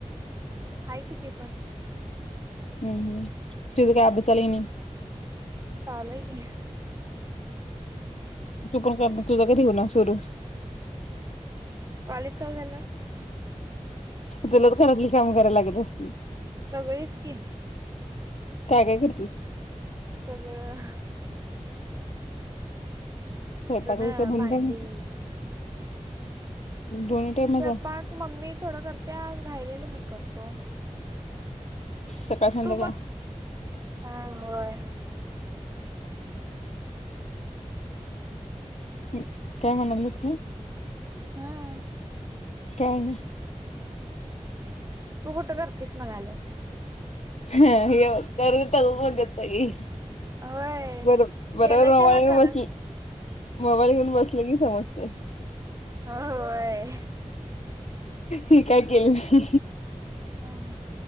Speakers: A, on the right (about 25°); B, on the left (about 65°).
A: हाय की ती पण
B: हम् हम् तुझं काय अजूक चालूय अणि
A: चालूय की
B: तू पण करणार तुझ कधी होणार सुरू
A: कॉलेज चालू झालं
B: तुलाच घरातली काम करायला लागत असतील.
A: सगळेच की
B: काय काय करतीस?
A: सगळं.
B: स्वयंपाक
A: धून,
B: बियपाक दोन्ही
A: भांडी
B: टाईम दोन्ही टाईमचा
A: स्वयंपाक मम्मी थोड करते. राहिलेलं मी करतो.
B: सकाळ संध्याकाळ
A: तू बघ हा होय
B: ह् काय म्हणाल्या ती
A: हम्
B: काय गं
A: तू कुठं करतीस म्हणाल्या?
B: ह हे करु तव्हा बघत सगळी
A: होय
B: वरून
A: केलंय
B: बरोबर मोबाईल
A: त्याला
B: वर
A: करत
B: बसली मोबाईल घेऊन बसले की समजते.
A: हो होय.
B: हे काय केलं
A: मग हा